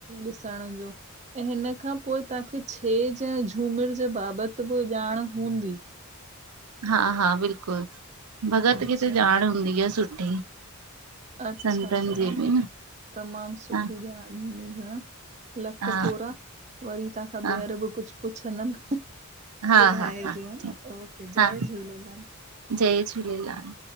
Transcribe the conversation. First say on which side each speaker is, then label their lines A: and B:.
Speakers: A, on the right; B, on the right.
A: ॾिसण जो। ऐं हिन खां पोइ तांखे छेॼ ऐं झूमिर जे बाबत बि ॼाण हूंदी।
B: हां- हां बिल्कुल भगत
A: अच्छा
B: केथ जाण हूंदी आ सुठी।
A: अच्छा
B: संतन
A: त
B: जी
A: दा
B: बि
A: न तमामु सुठी
B: हा
A: ॼाण आ। हण लख
B: हा
A: थोॾा वरी तां खां
B: हा
A: ॿीहर बि कुझु पुछंदम?
B: हा
A: ॿुधाएजो
B: हा हा ठीकु
A: नओके
B: हा
A: जय झूलेलाल।
B: जय झूलेलाल।